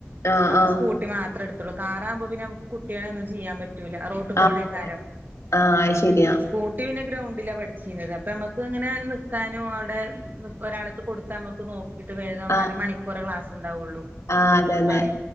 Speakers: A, on the left; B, on the right.
A: ആഹ്
B: അപ്പൊ
A: ആഹ്
B: സ്കൂ കൂട്ടി മാത്രേ എടുത്തുള്ളൂ കാറാവുമ്പ പിന്ന നമ്മക്ക് കുട്ടികളെ ഒന്നും ചെയ്യാൻ പറ്റ് റ്റൂല്ല റോട്ട്കൂടായിക്കാരം
A: ആഹ് ആഹ് അത് ശരിയാ
B: സ്കൂട്ടി പിന്നെ ഗ്രൗണ്ടിലാണ് പഠിച്ചീനത് അപ്പം ഞമ്മക്ക് ഇങ്ങനെ നിക്കാനും അവടെ നിക്ക് ഒരാളെട്ത്ത് കൊടുത്ത് ത്ത് നമ്മക്ക് നോക്കീട്ട് വേഗം
A: ആഹ്
B: അരമണിക്കൂറെ ക്ലാസ് ഉണ്ടാവുള്ളൂ.
A: ആഹ് അതെ അതെ
B: അൻ